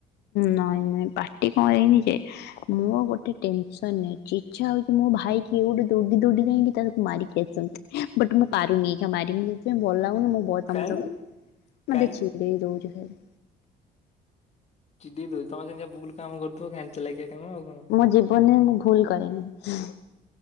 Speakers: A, on the left (about 80°); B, on the left (about 40°).
A: ନାଇଁ ନାଇଁ ପାଟି କଣ ହେଇନି ଯେ ମୁଁ ଗୋଟେ ଟେନସନ ରେ ଅଛି ଇଛା ହଉଛି ମୋ ଭାଇ କି ଗୋଟେ ଦୌଡି ଦୌଡି ଯାଇକି ତାକୁ ମାରିକି ଆସନ୍ତି ବଟ୍ ମୁଁ ପାରୁନି ଏହି ଖା ମାରି ମୁଁ ସେଥିପାଇଁ ଭଲ ଲାଗୁନି ମୁଁ ବ ତମ
B: କାଇଁ
A: ସବୁ ମତେ
B: କାଇଁ
A: ଚିଡେଇ ଦଉଛି ଖାଲି।
B: ଚିଡେଇ ଦଉଛି ତମେ ସେମିତିଆ ଭୁଲ୍ କାମ କରିଥିବ, ଗାଣ୍ଡୀ ଚାଲାଖିଆ କାମ ଆଉ କଣ।
A: ମୋ ଜୀବନରେ ମୁଁ ଭୁଲ କରେନି <unintelligible>